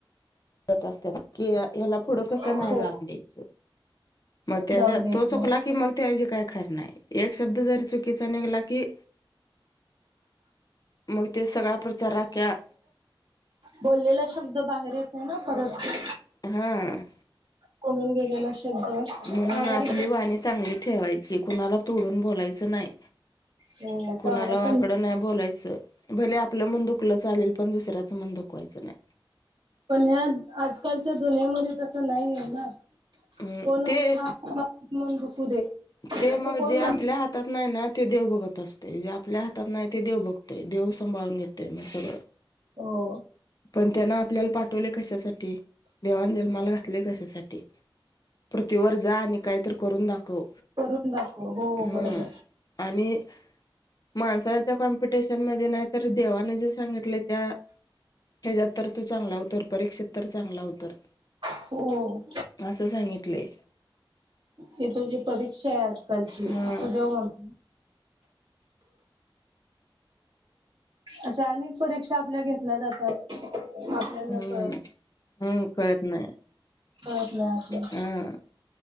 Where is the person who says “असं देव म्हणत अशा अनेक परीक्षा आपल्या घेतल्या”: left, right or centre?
Right